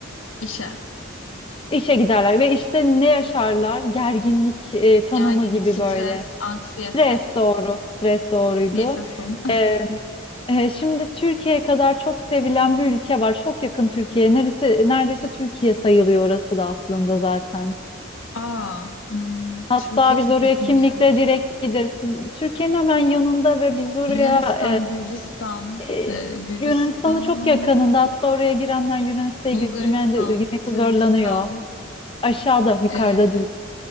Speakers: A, on the left; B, on the left.
A: İşe.
B: İşe giderler ve işte ne yaşarlar? Gerginlik e, tanımı
A: Gerginlik,
B: gibi
A: stres,
B: böyle.
A: anksiyete.
B: Stres doğru, stres doğruydu.
A: Yaşasın.
B: E, e, şimdi Türkiye kadar çok sevilen bir ülke var. Çok yakın Türkiye. Neresi, neredeyse Türkiye sayılıyor orası da aslında zaten.
A: <laughs> Aa, hmm,
B: Hatta
A: Türkiye
B: biz
A: çok
B: oraya
A: yakın
B: kimlikle
A: bir yer.
B: direkt gideriz. Türkiye'nin hemen yanında ve biz oraya
A: Yunanistan, Gürcistan,
B: e,
A: e,
B: e,
A: Gürcistan,
B: Yunanistan'ın çok yakınında. Hatta oraya girenler Yunanistan'a
A: Bulgaristan,
B: girmeyen de- girmekte
A: Sırbistan,
B: zorlanıyor. Aşağıda, yukarıda
A: e,
B: değil.